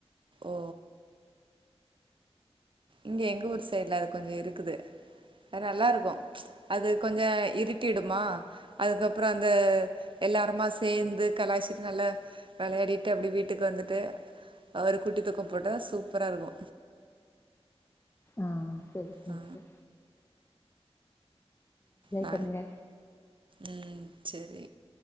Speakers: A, on the right; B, on the left.
A: ஓ இங்க எங்க ஊர் சைட்ல அது கொஞ்ச இருக்குது அது நல்லாருக்கு அது கொஞ்ச இருட்டிடுமா அதுக்கப் ற அந்த எல்லாரு மா சேந்து கலாச்சிட்டு நல்லா வெளயாடிட்டு அப்டி வீட்டுக்கு வந்துட்டு ஒரு குட்டி தூக்க போட்டா சூப்பரா இருக்கு
B: ஆ செரி செரி
A: ஆ
B: செ
A: ந
B: பண்ணுங்க
A: ம் செரி